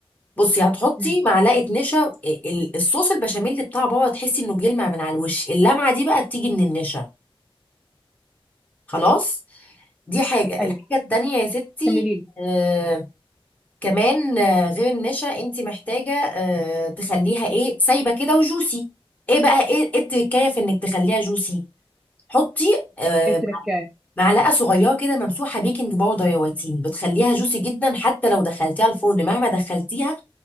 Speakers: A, on the left (about 15°); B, in the centre.
A: بصي هتحطي
B: امم
A: معلقه نشا آه، ال- الصوص البشاميل بتاع بابا تحسي انه بيلمع من على الوش اللمعه دي بقى بتيجي من النشا خلاص دي حاجه الحاجه
B: ايوه
A: التانية يا ستي
B: كملي لي
A: آه كمان آه غير النشا انت محتاجه آه تخليها ايه سايبه كده وجوسي ايه بقى ايه إيه التكايه في انك تخليها جوسي حطي آه
B: ايه التركايه
A: معلقه صغيره كده ممسوحه بيكنج باودر يا واتين بتخليها جوسي جدا حتى لو دخلتيها الفرن مهما دخلتيها